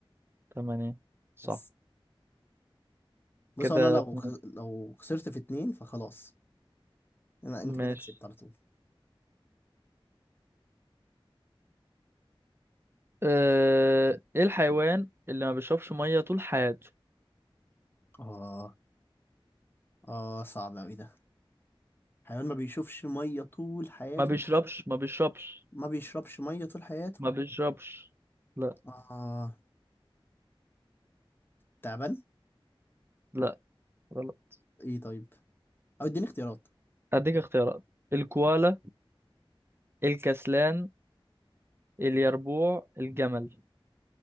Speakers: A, on the right (about 25°); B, on the left (about 25°).
A: تمانية صح
B: بس بص
A: كده
B: انا لو
A: اتنين
B: خ... لو خسرت في اتنين فخلاص انا انت
A: ماشي
B: كده كسبت على طول
A: اه... ايه الحيوان اللي ما بيشربش مية طول حياته
B: اه اه صعب اوي ده حيوان ما بيشوفش مية طول حياته
A: ما بيشربش ما بيشربش
B: ما بيشربش مية طول حياته
A: ما بيشربش لا
B: اه تعبان
A: لا غلط
B: ايه طيب او اديني اختيارات
A: اديك اختيارات الكوالا الكسلان اليربوع الجمل